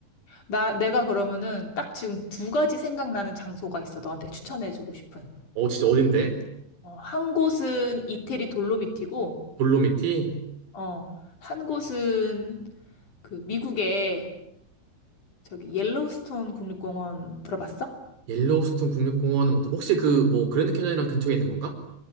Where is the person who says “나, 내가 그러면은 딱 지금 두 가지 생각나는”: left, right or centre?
Left